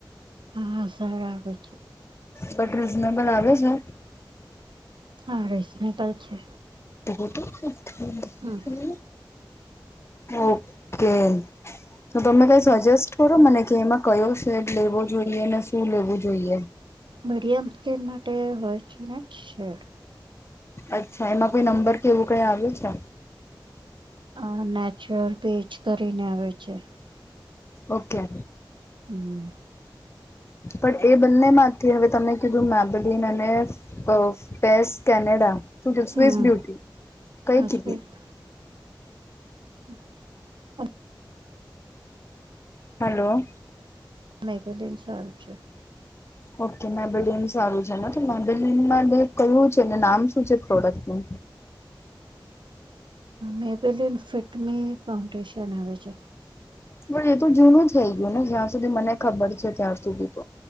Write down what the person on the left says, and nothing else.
બટ રીઝનેબલ આવે છે.
<unintelligible>
ઓકે. તો તમે કઈ સજેસ્ટ કરો મને કે એમાં કયો શેડ લેવો જોઈએ ને શું લેવું જોઈએ.
અચ્છા એમાં કોઈ નંબર કેવું કઈ આવ્યું છે.
ઓકે.
પણ એ બંને માંથી હવે તને કીધું મેબલિન અને અ પેસ કેનેડા શું કીધું
સ્વિસ બ્યુટી. કઈ
કીદી.
hello.
ઓકે મેબલિન સારું છે ને તો મેબેલિનમાં કયું છે ને નામ શું છે પ્રોડક્ટનું.
પણ એ તો જૂનું થઇ ગયું ને જ્યાં સુધી મને ખબર છે ત્યાં સુધી તો.